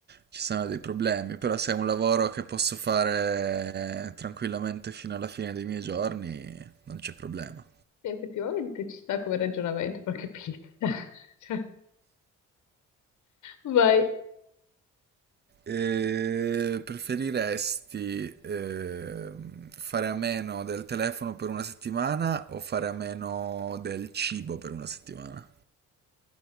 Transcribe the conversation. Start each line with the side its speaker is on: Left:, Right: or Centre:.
Right: ci sono dei problemi, però se è un lavoro che posso fare tranquillamente fino alla fine dei miei giorni, non c'è problema.
Left: Sì, Effettivamente ci sta come ragionamento, porca pizza. <laughs> Cioè, vai.
Right: Eh, preferiresti ehm, fare a meno del telefono per una settimana o fare a meno del cibo per una settimana?